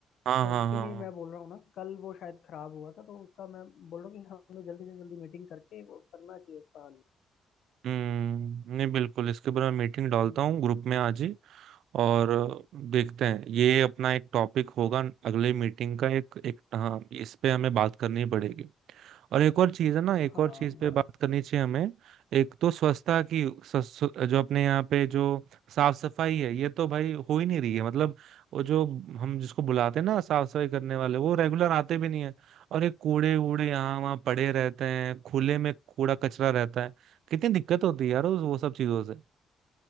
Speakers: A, on the right (about 75°); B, on the left (about 70°).
A: हाँ
B: तो
A: हाँ
B: उसके
A: हाँ
B: लिए
A: हाँ,
B: मैं बोल रहा हूँ ना कल वो शायद खराब हुआ था तो उसका मैं बोल रहा हूँ कि हमें जल्दी से जल्दी मीटिंग करके वो करना चाहिए उसका हल
A: हम्म नहीं बिल्कुल इसके ऊपर मैं मीटिंग डालता
B: हम्म,
A: हूँ ग्रुप में आज ही और देखते हैं ये अपना एक टॉपिक होगा अगले मीटिंग का एक एक हाँ इस पे हमें बात करनी पड़ेगी और एक और चीज है ना एक
B: हाँ
A: और चीज पे
B: ब,
A: बात करनी चाहिए हमें एक तो स्वच्छता की स्वच्छ- जो अपने यहाँ पे जो साफ सफाई है ये तो भाई हो ही नहीं रही है मतलब वो जो हम जिसको बुलाते हैं ना साफ सफाई करने वाले वो रेगुलर आते भी नहीं है और ये कूड़े वूड़े यहाँ वहाँ पड़े रहते हैं खुले में कूड़ा कचरा रहता है कितनी दिक्कत होती है यार उस- वो सब चीजों से